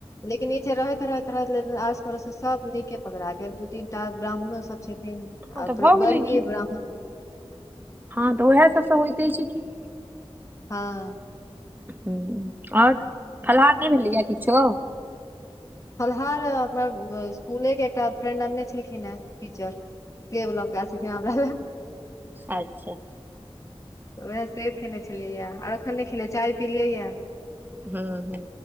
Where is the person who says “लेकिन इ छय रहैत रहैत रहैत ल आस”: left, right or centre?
Left